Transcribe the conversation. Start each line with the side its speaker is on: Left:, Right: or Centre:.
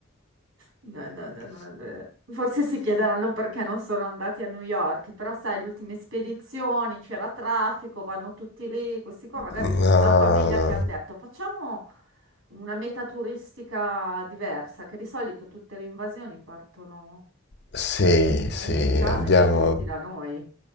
Right: No, no, no, no, no. Forse si chiederanno perché non sono andati a New York, però sai, le ultime spedizioni, c'era traffico, vanno tutti lì, questi qua magari
Left: No,
Right: sono una famiglia
Left: no.
Right: che hanno detto facciamo una meta turistica diversa, che di solito tutte le invasioni partono
Left: Sì,
Right: in
Left: sì,
Right: America
Left: andiamo.
Right: e sono venuti da noi.